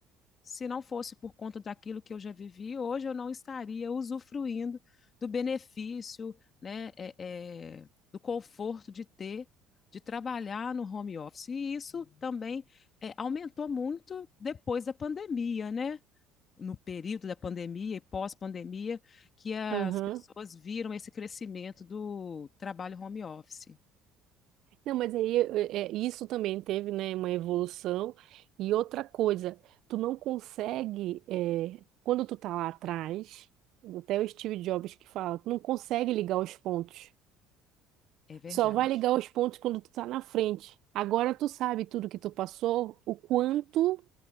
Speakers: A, on the left; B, on the right.
A: Se não fosse por conta daquilo que eu já vivi, hoje eu não estaria usufruindo do benefício, né, é, é, do conforto de ter, de trabalhar no home office. E isso também é, aumentou muito depois da pandemia, né? no período da pandemia e pós-pandemia que as
B: Aham.
A: pessoas viram esse crescimento do trabalho home office.
B: Não, mas aí é, é, isso também teve, né, uma evolução. E outra coisa, tu não consegue, é, quando tu tá lá atrás, até o Steve Jobs que fala, tu não consegue ligar os pontos.
A: É
B: Só
A: verdade.
B: vai ligar os pontos quando tu tá na frente. Agora tu sabe tudo que tu passou, o quanto